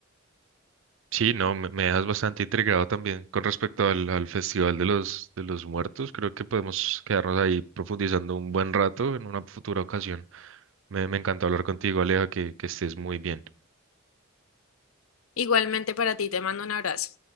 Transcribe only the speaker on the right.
Sí, no, me, me dejas bastante intrigado también con respecto al, al Festival de los, de los Muertos. Creo que podemos quedarnos ahí profundizando un buen rato en una futura ocasión. Me, me encantó hablar contigo, Aleja, que, que estés muy bien.